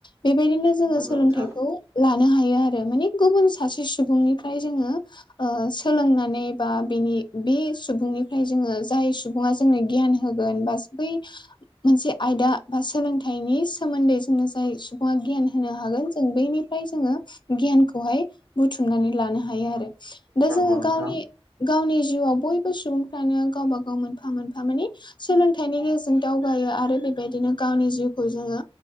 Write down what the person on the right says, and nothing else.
नंगौ
नोंथां
नंगौ
नोंथां